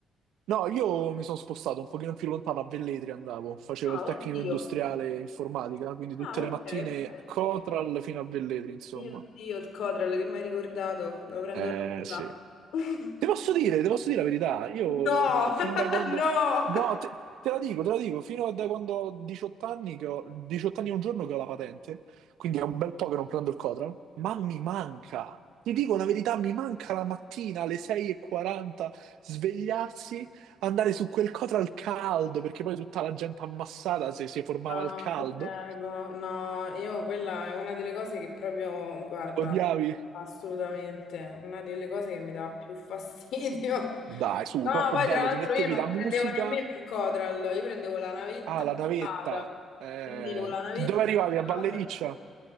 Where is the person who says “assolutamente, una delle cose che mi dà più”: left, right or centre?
Left